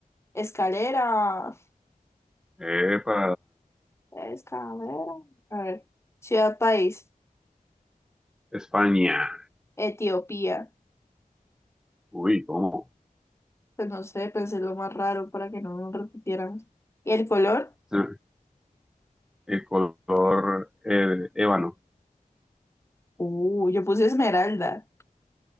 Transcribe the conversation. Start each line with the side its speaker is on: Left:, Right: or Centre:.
Left: escalera,
Centre: Epa,
Left: escalera. A ver, ciudad, país,
Centre: España.
Left: Etiopía.
Centre: Uy, ¿cómo?
Left: Pues no sé, pensé lo más raro para que no nos repitieran. ¿Y el color?
Centre: Se- El color eh, ébano.
Left: Uh, yo puse esmeralda.